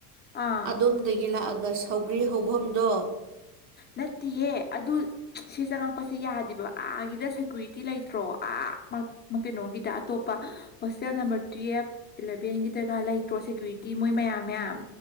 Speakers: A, on the left; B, on the right.
A: ꯑꯥ
B: ꯑꯗꯣꯝꯗꯒꯤ ꯂꯥꯛꯑꯒ ꯊꯧꯒ꯭ꯔꯤ ꯍꯧꯕꯐꯝꯗꯣ
A: ꯅꯠꯇꯦꯍꯦ ꯑꯗꯨ ꯁꯤ ꯆꯪꯉꯛꯄꯁꯤ ꯌꯥꯗꯦ ꯑꯥꯒꯤꯗ ꯁꯦꯀꯨꯔꯤꯇꯤ ꯂꯩꯇ꯭ꯔꯣ ꯑꯥ ꯀꯩꯅꯣꯒꯤꯗ ꯑꯇꯣꯞꯄ ꯍꯣꯁꯇꯦꯜ ꯅꯝꯕꯔ ꯇ꯭ꯔꯤꯌꯦꯐ ꯑꯦꯂꯚꯦꯟꯒꯤ ꯗꯔꯀꯥꯔ ꯂꯩꯇ꯭ꯔꯣ ꯁꯦꯀ꯭ꯌꯨꯔꯤꯇꯤ ꯃꯣꯏ ꯃꯌꯥꯝ ꯃꯌꯥꯝ